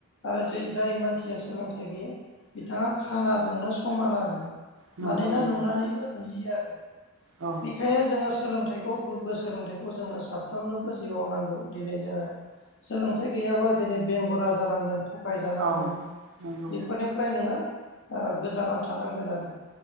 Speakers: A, on the left (about 60°); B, on the right (about 65°).
A: आरो जै जाय मानसिया सोलोंथाइ गैया बिथाङा खानाजोंनो समान आरो।
B: नंगौ
A: मानोना
B: नंगौ
A: नुनानैबो नुयि आरो
B: औ
A: बेखायनो जोङो। सोलोंथाइखौ गोग्गो सोलोंथाइखौ जोंनो साब। साफ्रोमनोबो जिउआव नांगौ दिनै जोङो सोलोंथाइ गैयाब्ला दिनै बेंगुरा जानांगोन थगायजानांगोन
B: औ नंगौ
A: बेफोरनिफ्राय नोङो गोजानाव थानांगोन आरो